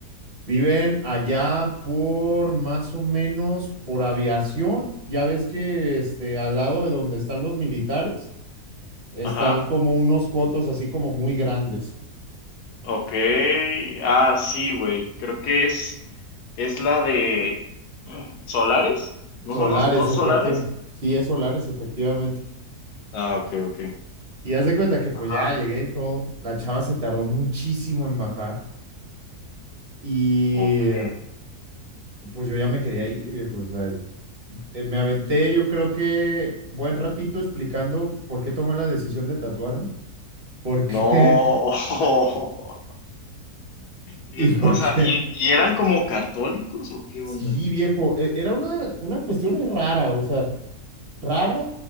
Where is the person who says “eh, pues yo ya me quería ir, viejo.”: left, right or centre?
Right